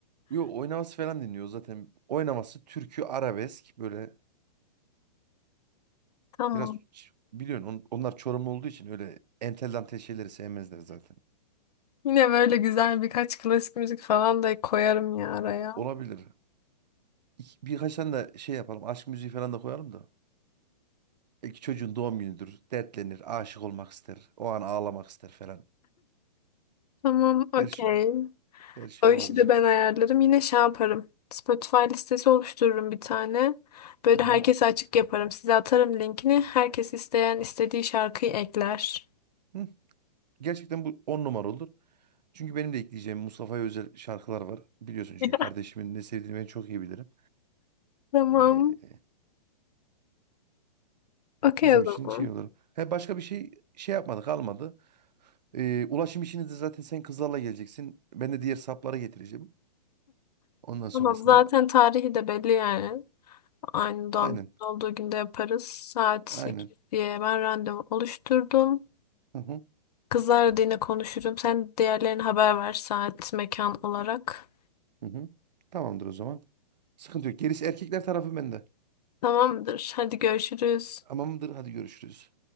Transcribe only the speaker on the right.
Yo oynaması falan dinliyor zaten. Oynaması türkü arabesk böyle
biraz ç- biliyorsun on- onlar Çorumlu olduğu için öyle entel dantel şeyleri sevmezler zaten.
Olabilir. İki- Birkaç tane de şey yapalım. Aşk müziği falan da koyalım da. İki çocuğun doğum günüdür. Dertlenir, aşık olmak ister. O an ağlamak ister falan.
Her şey, her şey
olabilir.
Hı hı.
Hı. Gerçekten bu on numara olur. Çünkü benim de ekleyeceğim Mustafa'ya özel şarkılar var. Biliyorsun çünkü
kardeşimin ne sevdiğini ben çok iyi bilirim.
Ee,
bizim
için şey olur. He, başka bir şey şey yapmadık almadı. Ee, ulaşım işini de zaten sen kızlarla geleceksin. Ben de diğer sapları getireceğim. Ondan sonrasında
aynen
aynen.
Hı hı,
hı hı. Tamamdır o zaman. Sıkıntı yok. Gerisi erkekler tarafı bende.
Tamamdır hadi görüşürüz.